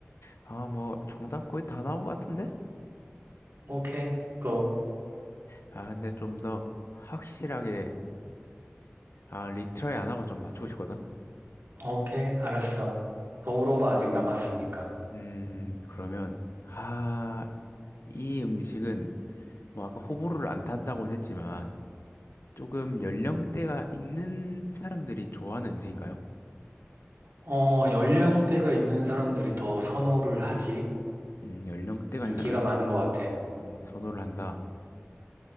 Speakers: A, on the left (about 70°); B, on the right (about 60°).
A: 아, 뭐 정답 거의 다 나온 것 같은데?
B: 오케이, 고.
A: 아, 근데 좀 더 확실하게 아, 리트라이 안 하고 좀 맞추고 싶거든.
B: 오케이, 알았어. 더 물어봐, 아직 남았으니까.
A: 음, 그러면 아, 이 음식은 뭐 아까 호불호를 안 탄다고는 했지만 조금 연령대가 있는 사람들이 좋아하는 음식인가요?
B: 어, 연령대가 있는 사람들이 더 선호를 하지.
A: 음, 연령대가
B: 인기가
A: 있는 사람이
B: 많은 것 같아.
A: 음, 선호를 한다.